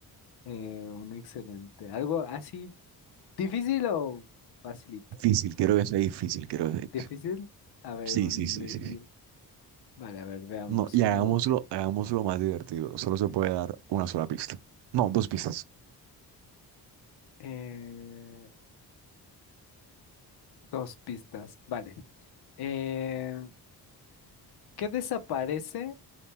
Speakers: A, on the left; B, on the right.
A: eh, un excelente, algo así, difícil o facilito?
B: Difícil, quiero que sea difícil, quiero que sea
A: ¿Difícil?
B: difícil.
A: A ver,
B: Sí,
A: un
B: sí, sí,
A: difícil.
B: sí, sí.
A: Vale, a ver, veamos,
B: No, y
A: uno,
B: hagámoslo, hagámoslo más divertido. Solo se puede dar una sola pista. No, dos pistas.
A: eh, dos pistas, vale. Eh, ¿qué desaparece